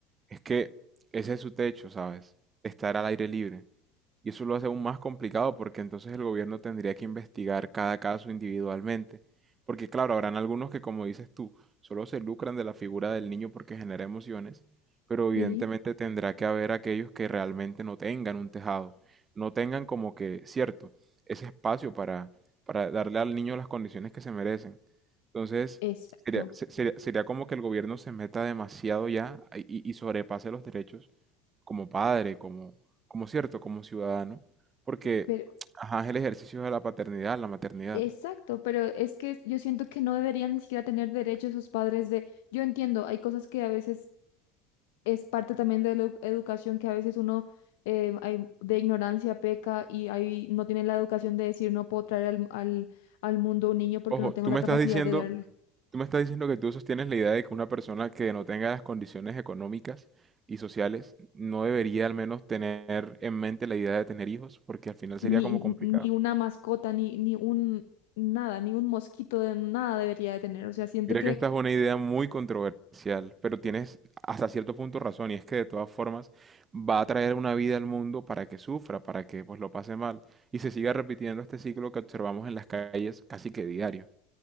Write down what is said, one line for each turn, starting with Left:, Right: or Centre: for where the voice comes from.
Right: es que ese es su techo, ¿sabes? Estar al aire libre. Y eso lo hace aún más complicado porque entonces el gobierno tendría que investigar cada caso individualmente. Porque claro, habrán algunos que, como dices tú, solo se lucran de la figura del niño porque genera emociones, pero evidentemente
Left: Sí,
Right: tendrá que haber aquellos que realmente no tengan un tejado, no tengan como que, cierto, ese espacio para, para darle al niño las condiciones que se merecen. Entonces,
Left: exacto.
Right: sería, se- sería- sería como que el gobierno se meta demasiado ya y, y sobrepase los derechos como padre, como, como cierto, como ciudadano, porque
Left: Pero,
Right: ajá, es el ejercicio de la paternidad, la maternidad.
Left: Exacto, pero es que yo siento que no deberían ni siquiera tener derecho esos padres de, yo entiendo, hay cosas que a veces es parte también de la edu- educación, que a veces uno eh, hay- de ignorancia peca y ahí no tiene la educación de decir no puedo traer al, al, al mundo un niño porque
Right: Ojo,
Left: no tengo
Right: tú
Left: la
Right: me
Left: capacidad
Right: estás diciendo,
Left: de darle
Right: tú me estás diciendo que tú sostienes la idea de que una persona que no tenga las condiciones económicas y sociales no debería al menos tener en mente la idea de tener hijos, porque al final
Left: ni,
Right: sería como
Left: ni
Right: complicado.
Left: ni una mascota, ni, ni un nada, ni un mosquito de nada debería de tener. O sea, siento
Right: Mira
Left: que,
Right: que esta es una idea muy controversial, pero tienes hasta cierto punto razón, y es que de todas formas va a traer una vida al mundo para que sufra, para que pues lo pase mal, y se siga repitiendo este ciclo que observamos en las calles casi que diario.